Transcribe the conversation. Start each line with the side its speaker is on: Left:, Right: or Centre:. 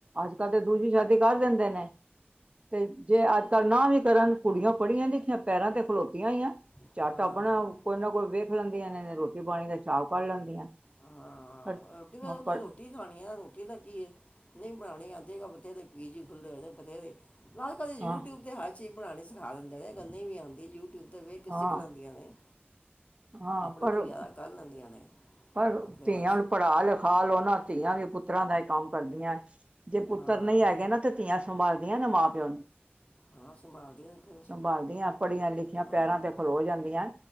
Right: ਅੱਜ-ਕੱਲ ਤੇ ਦੂਸਰੀ ਸ਼ਾਦੀ ਕਰ ਦਿੰਦੇ ਨੇ। ਤੇ ਜੇ ਅੱਜ-ਕੱਲ੍ਹ ਨਾ ਵੀ ਕਰਨ। ਕੁੜੀਆਂ ਪੜ੍ਹੀਆਂ ਲਿਖੀਆਂ ਪੈਰਾਂ ਤੇ ਖਲੋਤੀਆਂ ਹੋਈਆਂ
Left: ਹਾਂ
Right: ਝੱਟ ਆਪਣਾ ਕੋਈ ਨਾ ਕੋਈ ਵੇਖ ਲੈਂਦੀਆਂ ਨੇ। ਰੋਟੀ ਪਾਣੀ ਦਾ <unintelligible> ਲੈਂਦੀਆਂ
Left: ਹਾਂ,
Right: ਪਰ
Left: ਰੋਟੀ ਦਾ ਉਹ ਤਾਂ
Right: ਪਰ
Left: ਰੋਟੀ ਖਾਣੀ ਐ, ਰੋਟੀ ਦਾ ਕੀ ਏ। ਨਈ ਬਣਾਣੀ ਐ ਠੀਕ ਆ, ਬਥੇਰੇ ਪੀਜੀ ਖੁੱਲੇ ਹੋਏ ਆ। ਬਥੇਰੇ, ਨਾ ਈ ਕੋਈ ਯੂਟਿਊਬ
Right: ਹਾਂ
Left: ਤੇ ਹਾਲ ਚੀਜ਼ ਬਣਾਂਣੀ ਸਿਖਾ ਦਿੰਦੇ ਨੇ। ਅਗਰ ਨਹੀ ਵੀ ਆਂਦੀ, ਯੂਟਿਊਬ ਤੇ ਵੇਖ ਕੇ
Right: ਹਾਂ
Left: ਸਿੱਖ ਲੈਂਦੀਆਂ ਨੇ।
Right: ਹਾਂ
Left: ਆਪਣੇ
Right: ਪਰ
Left: ਲਈ ਵਿਆਹ ਕਰ ਲੈਂਦੀਆਂ ਨੇ।
Right: ਪਰ,
Left: ਆਪਣੇ
Right: ਧੀਆਂ
Left: ਵਾਸਤੇ
Right: ਨੂੰ ਪੜ੍ਹਾ-ਲਿਖਾ ਲੋ ਨਾ। ਧੀਆਂ ਵੀ ਪੁੱਤਰਾਂ ਦਾ ਈ ਕੰਮ ਕਰਦੀਆਂ। ਜੇ ਪੁੱਤਰ
Left: ਹਾਂ
Right: ਨਈ ਹੈਗੇ ਨਾ ਤੇ ਧੀਆਂ ਸੰਭਾਲਦੀਆਂ ਨੇ ਮਾਂ-ਪਿਓ ਨੂੰ
Left: ਹਾਂ ਸੰਭਾਲਦੀਆਂ ਨੇ ਫਿਰ
Right: ਸੰਭਾਲਦੀਆਂ, ਪੜ੍ਹੀਆਂ-ਲਿਖੀਆਂ
Left: ਹਾਂ
Right: ਪੈਰਾਂ ਤੇ ਖਲੋ ਜਾਂਦੀਆਂ